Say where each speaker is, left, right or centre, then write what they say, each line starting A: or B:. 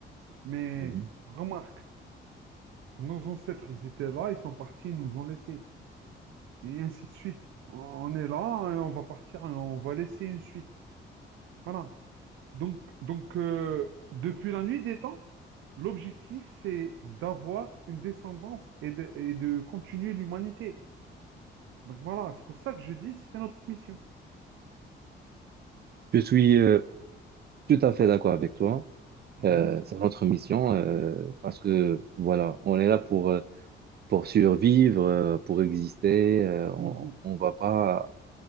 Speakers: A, on the right (about 80°); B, on the right (about 55°).
A: Mais
B: Mhm.
A: remarque, nos ancêtres, ils étaient là, ils sont partis, ils nous ont laissés. Et ainsi de suite. On est là, et on va partir, et on va laisser une suite. Voilà. Donc, donc euh, depuis la nuit des temps, l'objectif, c'est d'avoir une descendance et de, et de continuer l'humanité. Donc voilà, c'est pour ça que je dis, c'est notre mission.
B: Je suis euh, tout à fait d'accord avec toi.
A: Mhm,
B: Euh, c'est notre mission euh, parce que voilà, on est là pour, euh, pour survivre, euh, pour exister. Euh, on,
A: mhm.
B: on va pas